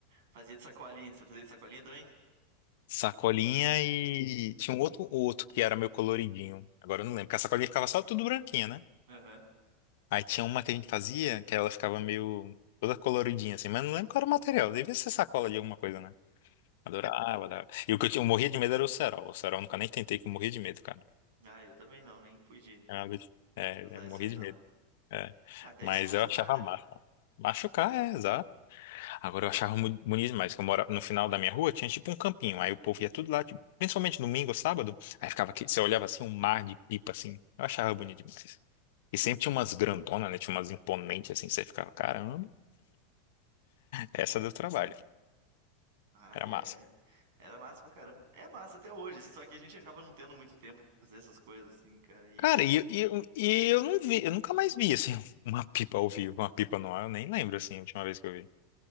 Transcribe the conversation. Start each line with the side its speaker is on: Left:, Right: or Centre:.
Right: Fazia de sacolinha. Você fazia de sacolinha também?
Left: Sacolinha e tinha um outro, outro que era meu coloridinho. Agora eu não lembro, porque a sacolinha ficava só tudo branquinha, né?
Right: Aham.
Left: Aí tinha uma que a gente fazia que ela ficava meio toda coloridinha assim, mas não lembro qual era o material. Devia ser sacola de alguma coisa, né? Adorava, adorava. E o que eu, tinha, eu morria de medo era o cerol. O cerol eu nunca nem tentei, que eu morria de medo, cara.
Right: Ah, eu também não, nem fui de,
Left: É, uma vez- é,
Right: de usar
Left: eu
Right: isso
Left: morria
Right: aí
Left: de
Right: não.
Left: medo. é.
Right: Até
Left: Mas
Right: de se machucar,
Left: eu achava
Right: né?
Left: massa. Machucar, é, exato. Agora eu achava muito bonito demais, que eu morava no final da minha rua, tinha tipo um campinho, aí o povo ia tudo lá, tipo, principalmente domingo ou sábado, aí ficava aqui, você olhava assim, um mar de pipa assim, eu achava bonito demais. E sempre tinha umas grandonas, né, tinha umas imponentes assim, você ficava, caramba, essa deu trabalho,
Right: Ah,
Left: era
Right: é.
Left: massa.
Right: Era massa pra caramba. É massa até hoje, assim, só que a gente acaba não tendo muito tempo pra fazer essas coisas, assim, cara. E
Left: Cara, e, e, e eu não vi, eu nunca mais vi assim, <laughs> uma pipa ao vivo, uma pipa no ar, eu nem lembro assim, a última vez que eu vi.